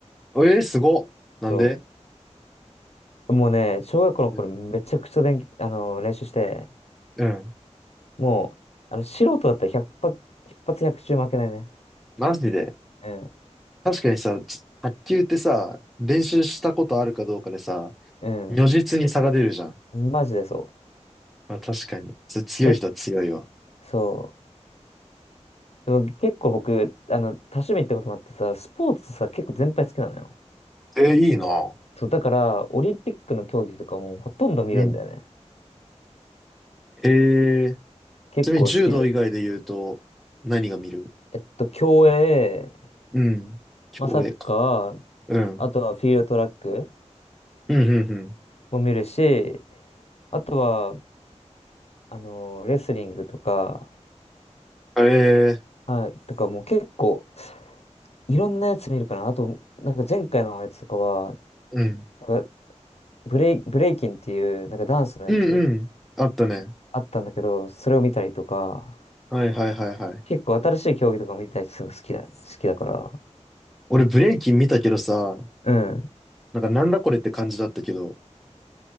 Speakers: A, in the centre; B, on the left (about 60°).
A: えー、すごっ。なんで
B: そう。もうね、小学校の頃めちゃくちゃ練、
A: うん。
B: あの、練習して、
A: うん
B: もう、あの、素人だったら100発、一100中負けないね。
A: マジで。
B: うん。
A: 確かにさ、ち卓球ってさ、練習したことあるかどうかでさ、
B: う
A: 如実に差が出るじゃん。
B: ん。マジでそ
A: まあ確かに。つ強い人は強いわ。
B: う。へ、そう。でも結構僕、あの、多趣味ってこともあってさ、スポーツさ、結構全般好きなのよ。
A: えー、いいな。
B: そう、だから、オリンピックの競技とかもうほとんど見るんだよね。
A: うん。えー、
B: 結構好きで。
A: ちなみに柔道以外で言うと、何が見る
B: えっと、競泳、
A: うん。競泳か。
B: まあ、サッカー、
A: うん。
B: あとはフィールドトラック
A: うん、うん、
B: も見るし、あとは、あの、レスリングとか、
A: うん。えー、
B: はい、とかもう結構、いろんなやつ見るかな。あと、なんか前回のやつとかは、
A: うん。
B: なんかブレイ、ブレイキンっていう、なんかダンスのやつ
A: うん、うん。あったね。
B: あったんだけど、それを見たりとか、
A: はいはいはいはい。
B: 結構新しい競技とかも見たりするの好きだ、好きだから。
A: 俺ブレイキン見たけどさ、
B: うん。
A: なんかなんだこれって感じだったけど、